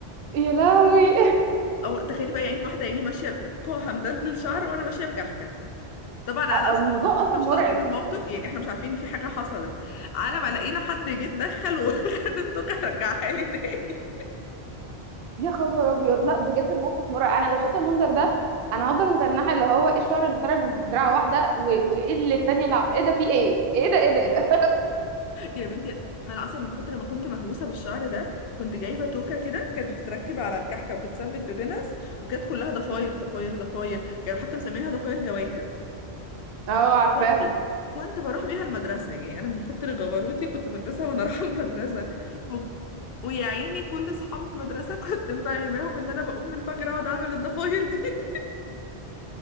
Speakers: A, on the right (about 60°); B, on the left (about 65°).
A: يا لهوي
B: او تخيلي بقى يعني واحده عيني ماشيه بكوعها مدلدل شعر وانا ماشيه بكحكه طبعا على
A: <laughs>
B: اصلا
A: الموضوع
B: احنا
A: اصلا
B: مش
A: مرعب
B: لاقطين الموقف يعني احنا مش عارفين ان في حاجه حصلت على ما لقينا حد جه اتدخل <laughs> وخد التوكه رجعها لي تاني
A: يا خبر ابيض لا بجد الموقف مرعب انا لو شفت المنظر ده انا هفضل متنحه اللي هو ايه الشعر اللي طالع من دراعه واحده و- وايه اللي التانيه اللي عم... ايه ده في ايه ايه ده ايه ده ايه ده
B: يا بنتي انا اصلا من كتر ما كنت مهووسه بالشعر ده كنت جايبه توكه كده كانت بتتركب على الكحكه وتتثبت ببنس وكانت كلها ضفاير
A: مم.
B: ضفاير ضفاير كانوا حتى مسمينها ضفاير جواهر
A: اه عارفاها
B: كنت كنت بروح بيها المدرسة يعني أنا من كتر جبروتي كنت بلبسها وأنا <laughs> رايحة المدرسة و... ويا عيني كل صحابي في المدرسة <laughs> كنت مفهماهم إن أنا بقوم من الفجر أقعد أعمل الضفاير دي <laughs>